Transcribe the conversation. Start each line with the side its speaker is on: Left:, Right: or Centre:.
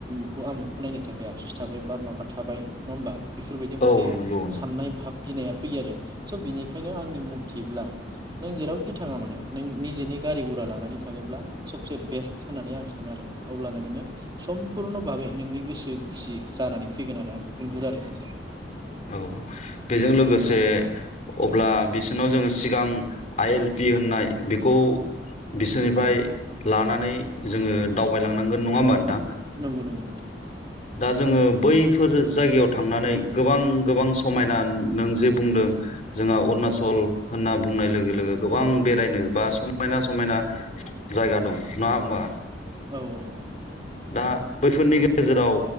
Right: आं बे खौ आमुखौ नायनो थाखाय आबसुस थाबाय बा माबा थाबाय नङा होमबा बेफोरबायदि मोनसे
Left: औ नंगौ
Right: साननाय भाब गिनाया फैयो आरो स' बिनिखायनो आंनि मथेब्ला नों जेरावखि थाङा मानो नों निजेनि गारि घरा लानानै थाङोब्ला सबसे बेस्ट होननानै आं सानो आरो अब्लानो नोङो समपुरन भाबै नोंनि गोसो खुसि जानानै फैगोन आरो आं बेखौ नुहुरो आरोिथां
Left: औ बेजों लोगोसे अब्ला बिसोरनाव जोङो सिगां आइ एल पि होननाय बेखौ बिसोरनिफ्राय लानानै जोङो दावबायलांनांगोन नङा होमबा नोंथां
Right: नंगौ नंगौ नोंथां
Left: दा जोङो बै बेफोर जायगायाव थांनानै गोबां गोबां समायना नों जे बुंदों जोंहा अरुनाचल होनना बुंनाय लोगो लोगो गोबां बेरायनो बा समायना समायना जायगा दं नङा होमबा
Right: औ औ औ
Left: दा बैफोरनि गेजेराव